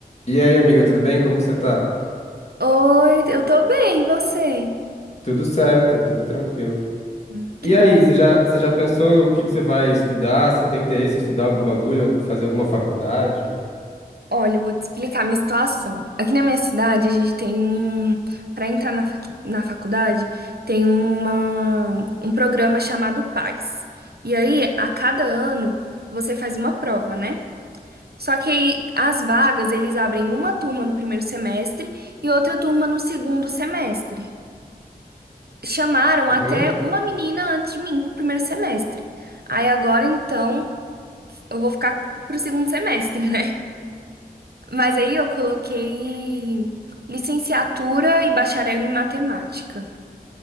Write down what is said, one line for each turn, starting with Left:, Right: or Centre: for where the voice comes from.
Left: E aí, amiga, tudo bem? Como que você tá?
Right: Oi, eu tô bem, e você?
Left: Tudo certo, tudo tranquilo.
Right: Hum, que
Left: E
Right: bom.
Left: aí, você já, você já pensou o que que você vai estudar? Você tem interesse em estudar algum bagulho, fazer alguma faculdade?
Right: Olha, eu vou te explicar a minha situação. Aqui na minha cidade, a gente tem um. para entrar na, facu- na faculdade, tem uma... um programa chamado PAS. E aí, a cada ano, você faz uma prova, né? Só que aí, as vagas, eles abrem uma turma no primeiro semestre e outra turma no segundo semestre. Chamaram
Left: Uhum.
Right: até uma menina antes de mim pro primeiro semestre. Aí agora, então. eu vou ficar pro segundo semestre, né? Mas aí eu coloquei licenciatura e bacharel em matemática.